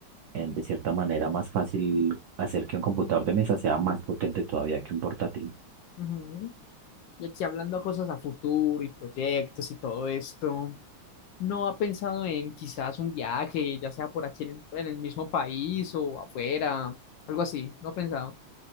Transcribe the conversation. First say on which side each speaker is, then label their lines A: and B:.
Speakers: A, on the right; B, on the left.
A: en de cierta manera más fácil hacer que un computador de mesa sea más potente todavía que un portátil.
B: ujú. Y aquí hablando a cosas a futuro y proyectos y todo esto, ¿no ha pensado en quizás un viaje, ya sea por aquí en, en el mismo país o afuera, algo así? ¿No ha pensado?